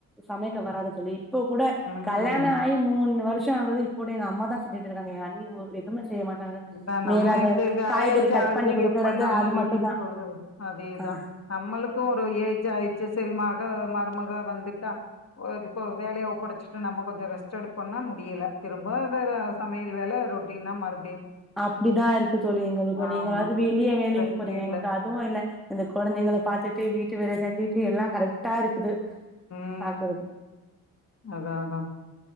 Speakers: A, in the centre; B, on the left.
A: சமக்க வராத சொல்லி இப்போ கூட
B: ம்
A: கல்யாணம் ஆகி மூணு வரு ஷம் ஆகுது இப்போ எங்க அம்மா தா செஞ்சிட்டு இருக்காங்க எ அண்ணி ஒரு எதுமே செய்ய மா கங்க
B: அதா
A: மேல
B: நம்மக்கு
A: அத காய்கறி
B: ஏஜ்
A: கட்
B: ஆகுது
A: பண்ணி குடுக்கறது
B: <unintelligible>
A: மட்டும்தான்
B: அதேதா
A: ஆ
B: நம்மளுக்கு ஒரு ஏஜ் ஆயிச்சு செரி மக ம மக வந்துட்டா ஒ எதுக்கு வேலையைப் ஒப்படைச்சிட்டு நமக்கு கொஞ்சோ ரெஸ்ட் எடுப்போம்னா முடியல திரும்ப வேற சமையல் வேலை ரொ அப்டினா மறுப்
A: அப்டிதான் இருக்கு தோழி எங்களுக்கு
B: ஆமா
A: நீங்களாவது வெளியே வேலைக்கு
B: ரெஸ்ட்டே
A: போறீங்க
B: இல்ல
A: எங்களுக்கு அதுவு இல்ல இந்த கொழந்தைங்க பாத்து ட்டு வீட்டு வேல செஞ்சுட்டு எல்லா கரெக்டா இருக்குது
B: உம்
A: பாக்குறது
B: அதா அதா